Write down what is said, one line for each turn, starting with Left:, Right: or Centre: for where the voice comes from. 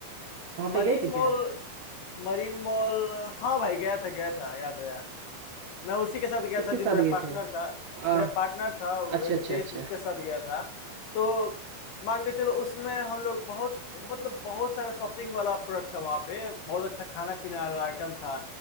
Right: वहां पे
Left: Marine
Right: गए थे
Left: mall
Right: क्या
Left: मरीन मॉल हाँ भाई गया था गया था याद आया मैं उसी के साथ गया
Right: किसके
Left: था जो
Right: साथ
Left: मेरा
Right: गए
Left: पार्टनर
Right: थे
Left: था
Right: आ,
Left: मेरा पार्टनर था वो
Right: अच्छा
Left: रितेश
Right: अच्छा अच्छा
Left: उसके साथ गया था तो मान के चलो उसमें हम लोग बहुत मतलब बहुत सारा शॉपिंग वाला प्रोडक्ट था वहाँ पे बहुत अच्छा खाना पीना वाला आइटम था